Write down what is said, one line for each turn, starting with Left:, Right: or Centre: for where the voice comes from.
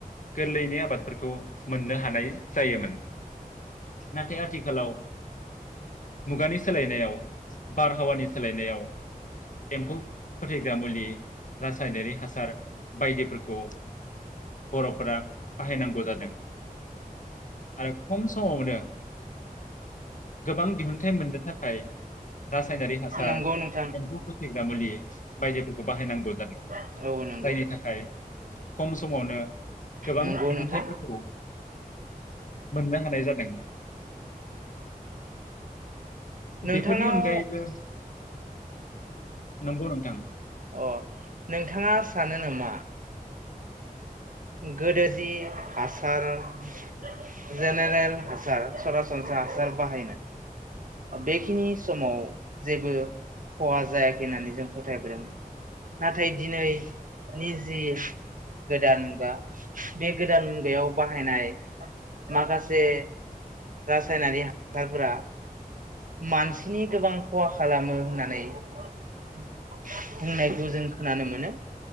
Left: गोरलैयैनो आबादफोरखौ मोननो हानाय जायोमोन नाथाय आथिखालाव मुगानि सोलायनायाव बारहावानि सोलायनायाव एम्फौ फोथैग्रा मुलि रासायनारि हासार बायदिफोरखौ बर'फोरा बाहायनांगौ जादों आरो खम समावनो गोबां दिहुन। फाइ मोननो थाखाय रासायनारि हासार
Right: नंगौ नोंथां
Left: एम्फौ फोथग्रा मुलि बायदिफोरखौ बाहायनांगौ जादों
Right: औ नंगौ
Left: जायनि थाखाय खम समावनो गोबां
Right: नंगौ
Left: दिहुनथायाइफोरखौ
Right: नोंथां
Left: मोननो हानाय जादों।
Right: नोंथांनाव
Left: बेफोरनि अनगायैबो नोंगौ नोंथां।
Right: अ नोंथाङा सानो नामा गोदो जि हासार <inaudible> जेनेरेल हासार सरासनस्रा हासार बाहायोमोन बेखिनि समाव जेबो खहा जायाखै होननानै जों फोथायबोदोंमोन। नाथाय दिनैनि जि गोदान मुगा बे गोदान मुगायाव बाहायनाय माखासे रासायनारि हासारफोरा मानसिनि गोबां खहा खालामो होननानै बुंनायखौ जों खोनानो मोनो